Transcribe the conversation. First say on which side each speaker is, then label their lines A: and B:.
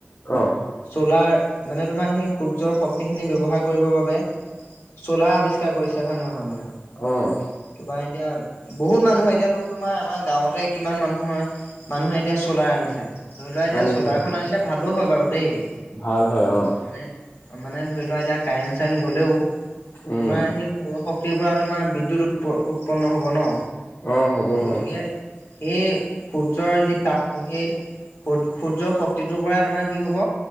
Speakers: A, on the left; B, on the left.
A: অহ
B: তোলাৰ মানে তোমাৰ সেই সূৰ্যৰ শক্তিখিনি ব্যৱহাৰ কৰিবৰ বাবে- চলাৰ আৱিষ্কাৰ কৰিছে হয় নহয় মানুহে
A: অ',
B: তোমাৰ এতিয়া বহুত মানুহে এতিয়াতো তোমাৰ আমাৰ গাঁৱতে কিমান মানুহৰ মানুহে এতিয়া চলাৰ আনিছে। ধৰি লোৱা এতিয়া
A: আনিছে
B: চলাৰখন
A: আনিছে
B: আনিলে ভালো হয় বাৰু দেই
A: ভাল হয় অ',
B: মানে ধৰি লোৱা এতিয়া কাৰেণ্ট চাৰেণ্ট গ'লেও
A: উম,
B: তোমাৰ সেই সৰশ- শক্তিৰ পৰা তোমাৰ বিদ্যুৎ উৎপ উৎপন্ন হ'ব ন
A: অ হ'ব অ
B: গতিকে সেই সূৰ্যৰ যি তাপটো সেই সূৰ্যৰ শক্তিটোৰ পৰা তোমাৰ কি হ'ব